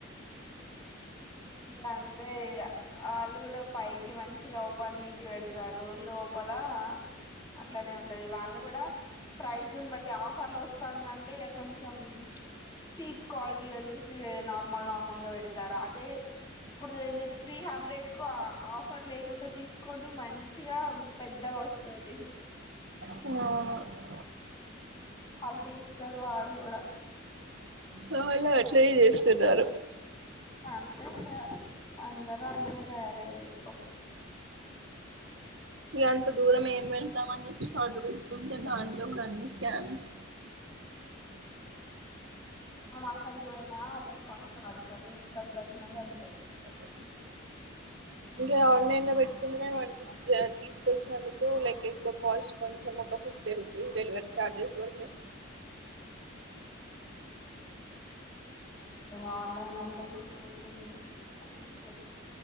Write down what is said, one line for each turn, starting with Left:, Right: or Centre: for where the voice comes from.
Left: ఇంకా అంతే ఇగ వాళ్లు కూడా పైకి మంచి ఇగ ఓపన్నికి పెడచ గారు లోపల అట్లానే ఉంటది వాళ్ళు గూడా ప్రైజ్ ను బట్టి ఆఫర్లు వస్తాందంటే ఇగ కొంచం చీప్ క్వాలటీ గా జూసి నార్ మల్ నార్మల్ గా పెడతారు అదే ఇప్పుడు మీరు త్రీ హండ్రెడ్ కు ఆఫర్ లేకుండ తీసుకోండి మంచిగా పెద్ద గా వస్తది
Right: ఆ
Left: హల్ తీస్తాడు వాడు కూడా
Right: వాళ్ళ అట్లనే చేస్తున్నారు
Left: అంతే ఇగ అందరూ అట్లనే తయారయిరు
Right: ఇగంత దూరం ఏం వెళ్తామని ఆర్డర్ పెట్టుకుంటే దాంట్లో కూడా అన్ని స్కామ్స్
Left: మనము అక్కడికి పోయిన అదే కాస్ట్ పడ కదూ ఇక్కడి ఇక్కడికి వచ్చిన గంతే
Right: అ ఇంకా ఆన్లైన్లో పెట్టుకుంటేనే మనకి తీసుకొచ్చినందుకు లైక్ ఎక్కువ కాస్ట్ కొంచెం ఒక ఫిఫ్టీ రూపీస్ డెలివరీ ఛార్జెస్ బడతాయ్
Left: ఆన్లైన్ అంటడు అప్పుడు